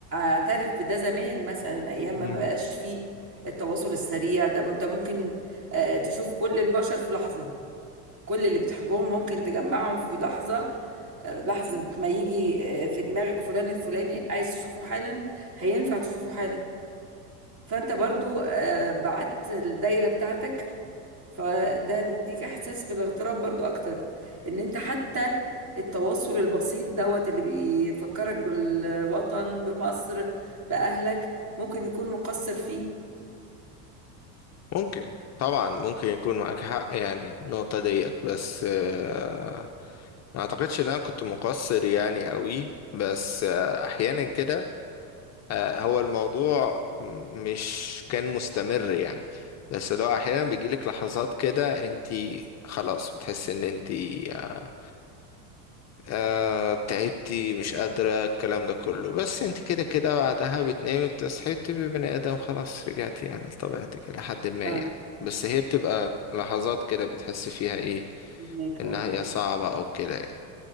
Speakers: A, on the right; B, on the left.
A: اعترف في ده زمان مثلا ايام ما
B: مم.
A: ما بقاش فيه التواصل السريع ده انت ممكن آه تشوف كل البشر في لحظة كل اللي بتحبهم ممكن تجمعهم في لحظة آه، لحظة ما يجي آه، في دماغك فلان الفلاني عايز تشوفه حالا هينفع تشوفه حالا فانت برضو آه، بعت الدايرة بتاعتك فده بيديك احساس بالاغتراب برضو اكتر ان انت حتى التواصل البسيط دوت اللي بيفكرك بالوطن بمصر باهلك ممكن يكون مقصر فيه
B: ممكن طبعا ممكن يكون معاك حق يعني النقطة ديت بس آه ما اعتقدش ان انا كنت مقصر يعني قوي بس آه احيانا كده آه، هو الموضوع م- مش كان مستمر يعني بس لو احيانا بيجيلك لحظات كده انت خلاص بتحس ان انت آه، آه، تعبتي مش قادرة الكلام ده كله بس انت كده كده بعدها بتنامي بتصحي بتبقي بني ادم خلاص رجعتي يعني لطبيعتك الى حد ما
A: اه
B: يعني بس هي بتبقى لحظات كده بتحس فيها ايه
A: فهمك
B: انها
A: اه
B: هي صعبة او كده